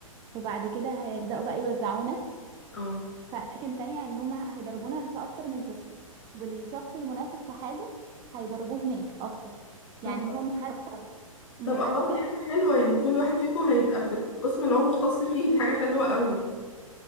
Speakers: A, on the right (about 20°); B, on the left (about 60°).
A: وبعد كده هيبدأوا بقى يوزعونا
B: اه
A: في أماكن تانية يعني هما هيدربونا في أكتر من قسم والشخص المناسب في حاجة هيدربوه هناك أكتر
B: طب
A: يعني هو محاسبة محاسبة
B: طب الله دي حاجة حلوة يعني كل واحد فيكم هيبقى في القسم اللي هو مختص فيه دي حاجة حلوة قوي